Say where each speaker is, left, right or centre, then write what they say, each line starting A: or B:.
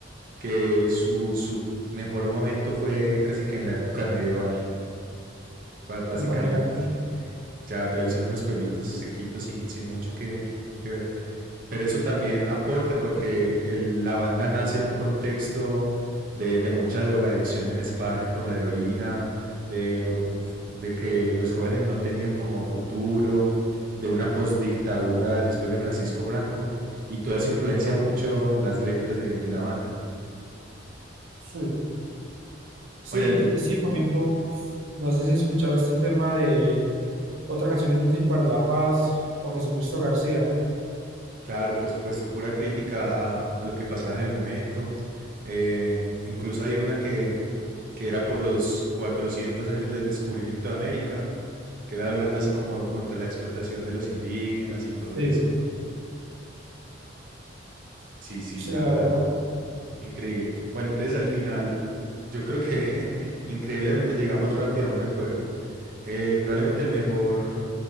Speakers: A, on the right; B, on the right.
A: que su, su mejor momento fue casi que en la época medieval, ba- básicamente.
B: imagínate,
A: Ya, ya hicieron unos pueblitos sequitos sin, sin mucho que, que ver. Pero eso también aporta porque el- la banda nace en un contexto de, de mucha drogadicción en España por la heroína, de, un f- de que los jóvenes no tenían como futuro, de una postdictadura después de Francisco Franco, y todo eso influencia
B: claro.
A: mucho las letras de, de la banda.
B: Sí, sí,
A: Oye, al-
B: ti- sí, por ejemplo, no sé si has escuchado este tema de otra canción inútil para la paz o Jesucristo García.
A: Claro, por supuesto, pura crítica a, a lo que pasaba en el momento. Eh, incluso hay una que, que era por los 400 años del descubrimiento de América, que era hablando así como contra la explotación de los indígenas y todo
B: Sí,
A: eso. Sí, sí,
B: sí,
A: la
B: la
A: verdad,
B: verdad.
A: increíble. Bueno, entonces al final, yo creo que <laughs> increíblemente llegamos rápido a un acuerdo. Eh, probablemente el mejor